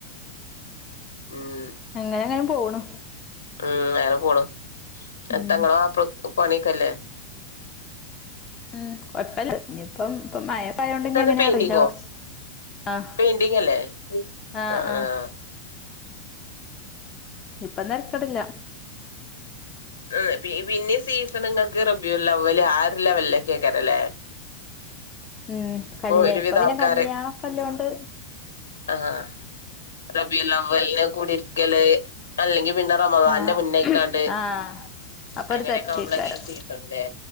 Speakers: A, on the left (about 75°); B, on the left (about 30°).
A: ഉം
B: അങ്ങനെങ്ങനെ പോണു
A: ഉം അനെ പോണു
B: ഉം
A: എത്ത ങ്ങളെ മാപ്പളക്ക് പണിക്കല്ലേ
B: ഉം കൊഴപ്പല്ല ഇനിപ്പം ഇപ്പ മയ യോണ്ട്
A: എന്താണ്
B: ഇ അങ്ങനെ
A: പെയിന്റിങ്ങോ
B: അറിയില്ല അവ ആഹ്
A: പെയിന്റിങ് അല്ലേ
B: ആഹ്
A: ആ
B: ആഹ്
A: ആ
B: ഇപ്പൊന്തരക്കടില്ല
A: ആ പിന്നെ സീസണങ്ങൾക്ക് റബ്യു ലെവല് ആ ഒരു ലെവലിലൊക്കെ ആക്കരല്ലേ
B: ഉം കല്യാണം
A: ഒരുവിധ
B: ഇപ്പൊ പിന്നെ
A: ആൾക്കാര്
B: കല്യാണംക്കെല്ലണ്ട്
A: ആഹ് റബിൽ ലിനെ കൂടി ഇരിക്കല് അല്ലെങ്കി പിന്നെ റമളന്റെ
B: ആഹ്
A: മുന്നയിക്കാണ്ട്
B: ആഹ് അപ്പൊ
A: അങ്ങനെയൊക്കെ
B: ഒരു തെരക്കേക്കാരം
A: നമ്മളൊക്കെ സീസണ്ട്ല്ലേ